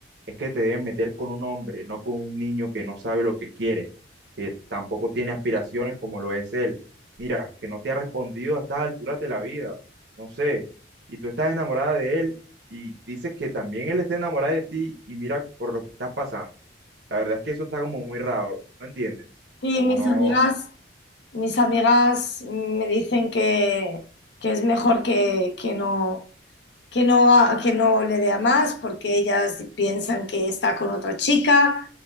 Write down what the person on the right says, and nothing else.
es que te deben meter con un hombre, no con un niño que no sabe lo que quiere, que tampoco tiene aspiraciones como lo es él. Mira, que no te ha respondido a estas alturas de la vida. No sé. Y tú estás enamorada de él y dices que también él está enamorado de ti y mira por lo que estás pasando. La verdad es que eso está como muy raro, ¿no entiendes?
O
no,